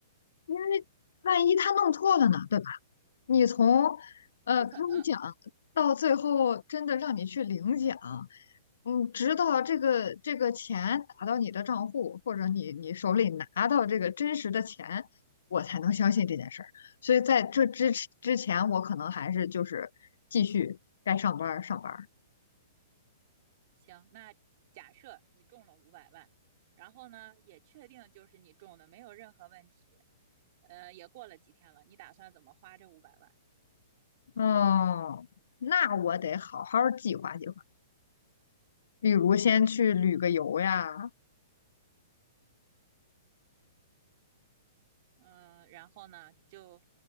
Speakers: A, on the left; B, on the right.
A: 因为万一他弄错了呢，对吧？你从呃开讲
B: 不可能。
A: 到最后真的让你去领奖，嗯，直到这个这个钱打到你的账户，或者你你手里拿到这个真实的钱，我才能相信这件事儿。所以在这之之前，我可能还是就是继续该上班儿上班儿。
B: 行，那假设你中了五百万，然后呢，也确定就是你中的，没有任何问题。呃，也过了几天了，你打算怎么花这五百万？
A: 嗯，那我得好好儿计划计划，比如先去旅个游呀。
B: 嗯，然后呢，就